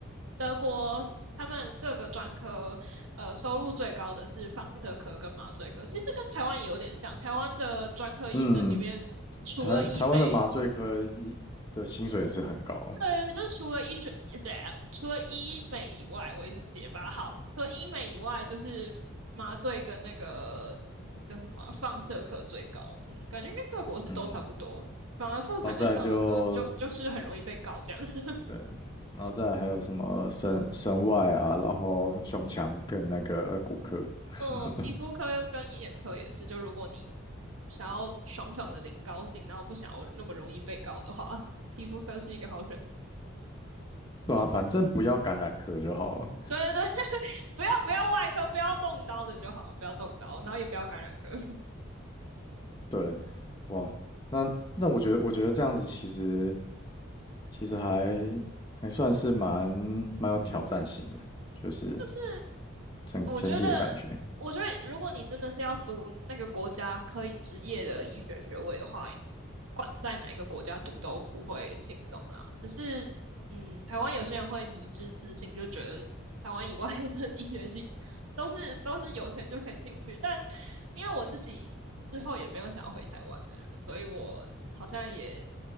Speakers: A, on the right; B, on the left.
A: 德国他们各个专科，呃，收入最高的是放射科跟麻醉科。其实这跟台湾也有点像，台湾的专科医生里面除了医美，
B: 嗯，台台湾的麻醉科医的薪水也是很高，
A: 对，就是除了医学，对啊，除了医美以外，我一直结巴好。除了医美以外，就是麻醉跟那个那叫什么啊放射科最高，嗯，感觉应该各国是都差不多。
B: 嗯，
A: 反而妇产跟小儿科就就是很容易被告这样。
B: 然后再来就
A: <laughs>
B: 对，然后再来还有什么神神外啊，然后胸腔跟那个骨科，<laughs>
A: 嗯，皮肤科跟眼科也是，就如果你想要爽爽的领高薪，然后不想要那么容易被告的话，皮肤科是一个好选
B: 对啊，反正不要感染科就好了。
A: <laughs> 对对对，<laughs> 不要不要外科，不要动刀的就好，不要动刀，然后也不要感染科。就
B: 对，哇，那那我觉得我觉得这样子其实。其实还还算是蛮蛮有挑战性的，就是
A: <laughs> 是
B: 整整体的感觉。
A: 我觉得，我觉得如果你真的是要读那个国家可以执业的医学学位的话，不管在哪一个国家读都不会轻松啦。只是，嗯，台湾有些人会迷之自信，就觉得台湾以外的医学系 <laughs> 都是都是有钱就可以进去。但因为我自己之后也没有想要回台湾的人，所以我好像也